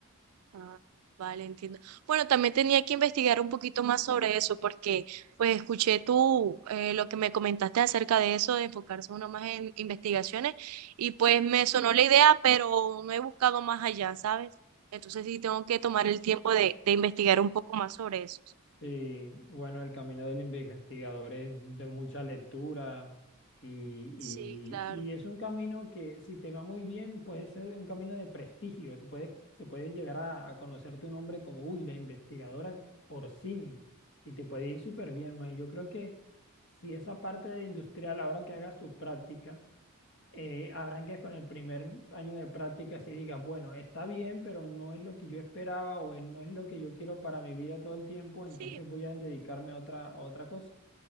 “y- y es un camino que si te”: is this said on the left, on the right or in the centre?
Left